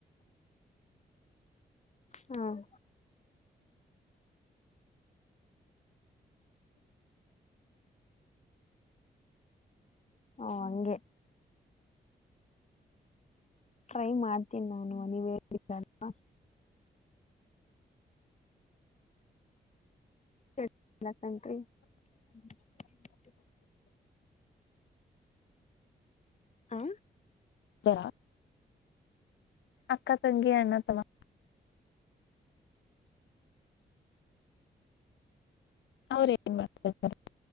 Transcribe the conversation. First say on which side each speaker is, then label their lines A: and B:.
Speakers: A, on the left; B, on the left.
A: ಹಾ.. <unintelligible> ಹೂ ಹಂಗೆ. ಟ್ರೈ ಮಾಡ್ತೀನಿ ನಾನು ನೀವೇಲಿದ್ರಿಲಾ. <inaudible> ಆ.
B: ತರಾ. ಅಕ್ಕಾ ತಂಗಿ ಅಣ್ಣ ತಮ್ಮಾ. ಅವ್ರ ಏನ್ ಮಾಡ್ತ <inaudible>